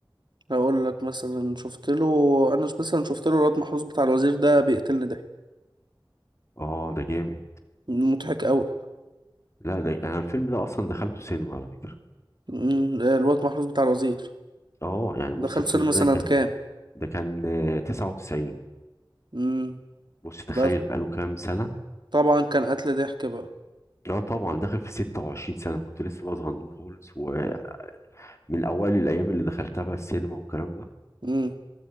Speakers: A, on the right; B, on the left.
A: هقول لك مثلا شفت له انا مثلا شفت له الواد محروس بتاع الوزير ده بيقتلني ده
B: اه ده جامد
A: مضحك قوي
B: لا ده انا الفيلم ده اصلا دخلته سينما على فكرة
A: امم الواد محروس بتاع الوزير
B: اه يعني
A: دخلت
B: بص الفيلم
A: سينما
B: ده
A: سنة
B: كان
A: كام
B: ده كان آه، 99
A: امم
B: بص تخيل
A: ده
B: بقاله كام سنة
A: طبعا كان قتل ضحك بقى
B: لا طبعا داخل في 26 سنة كنت لسه بقى صغنون خالص ومن اوائل الايام اللي دخلتها بقى السينما والكلام ده
A: امم